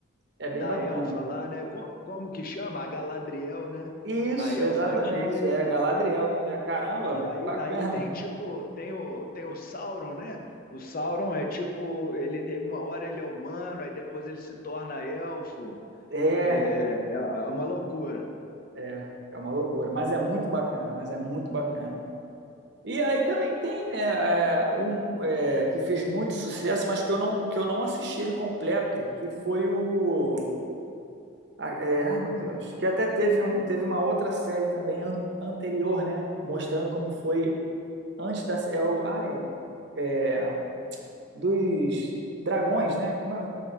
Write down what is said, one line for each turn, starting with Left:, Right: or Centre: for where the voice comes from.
Right: É bem
Left: da
Right: bacana.
Left: elfa lá, né? Co- Como que chama? A Galadriel, né?
Right: Isso,
Left: A elfa
Right: exatamente.
Left: antiga.
Right: É Galadriel o nome dela. Caramba,
Left: E aí,
Right: bacana.
Left: aí tem tipo, tem o, tem o Sauron, né? O Sauron é tipo, ele, uma hora ele é humano, aí depois ele se torna elfo.
Right: É.
Left: É, é é uma loucura.
Right: É, é uma loucura, mas é muito bacana, mas é muito bacana. E aí também tem né, é, um é, que fez muito sucesso, mas que eu não, que eu não assisti ele completo, que foi o. a- é, ai meu Deus, que até teve, um, teve uma outra série também an- anterior, né? Mostrando como foi antes da. É o, ai, é, dos dragões, né? Como é?